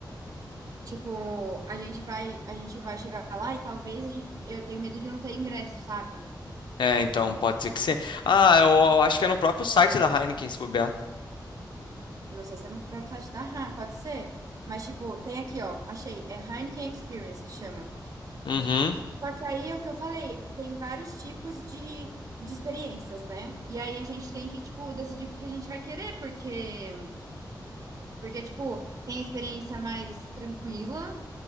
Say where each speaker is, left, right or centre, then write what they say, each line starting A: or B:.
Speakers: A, on the right (about 50°); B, on the left (about 80°).
A: tipo, a gente vai, a gente vai chegar lá e talvez a gente, eu tenho medo de não ter ingresso, sabe?
B: É, então, pode ser que sim. Ah, eu, eu acho que é no próprio site da Heineken, se bobear.
A: Eu não sei se é no próprio site da Ha, pode ser. Mas, tipo, tem aqui, ó, achei, é Heineken Experience que chama.
B: Uhum.
A: Só que aí é o que eu falei, tem vários tipos de, de experiências, né? E aí a gente tem que, tipo, decidir o que que a gente vai querer, porque Porque, tipo, tem a experiência mais tranquila,